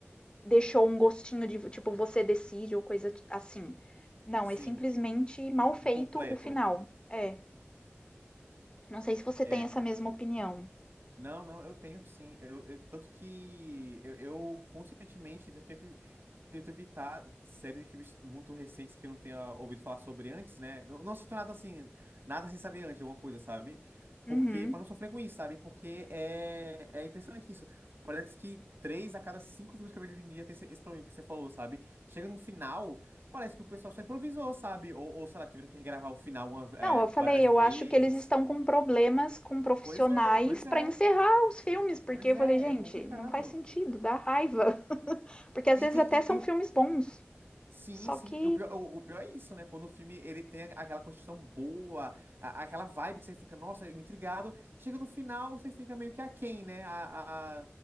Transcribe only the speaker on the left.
deixou um gostinho de, tipo, você decide ou coisa ti- assim. Não,
é simplesmente mal feito
o final. É. Não sei se você
tem essa mesma opinião.
Uhum.
Não, eu falei,
eu
acho que eles estão com problemas com profissionais
para
encerrar os filmes, porque
eu
falei, gente,
não faz sentido, dá raiva. <laughs> Porque às
vezes
até
são
filmes bons.
Só
que,